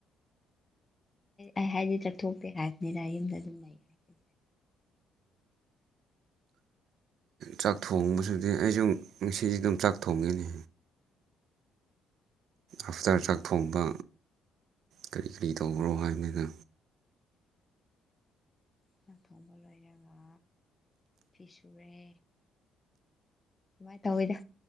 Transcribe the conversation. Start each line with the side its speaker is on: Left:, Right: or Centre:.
Left: ꯑꯩ ꯍꯥꯏꯗꯤ ꯆꯠꯊꯣꯛꯇꯦ ꯍꯥꯏꯕꯅꯤꯅ ꯌꯨꯝꯗ ꯑꯗꯨꯝ ꯂꯩꯌꯦ ꯍꯥꯏ
Right: ꯆꯥꯛ ꯊꯣꯡꯕꯁꯨꯗꯤ ꯑꯩꯁꯨ ꯉꯁꯤꯁꯨ ꯑꯗꯨꯝ ꯆꯥꯛ ꯊꯣꯡꯉꯤꯅꯤ ꯑꯐꯇꯔ ꯆꯥꯛ ꯊꯣꯡꯕ ꯀꯔꯤ ꯀꯔꯤ ꯇꯈꯔꯣ ꯍꯥꯏꯕꯅꯤꯗ
Left: ꯉꯥꯛ ꯊꯣꯡꯕ ꯂꯣꯏꯔꯒ ꯐꯤ ꯁꯨꯔꯦ ꯀꯃꯥꯏ ꯇꯧꯋꯤꯗ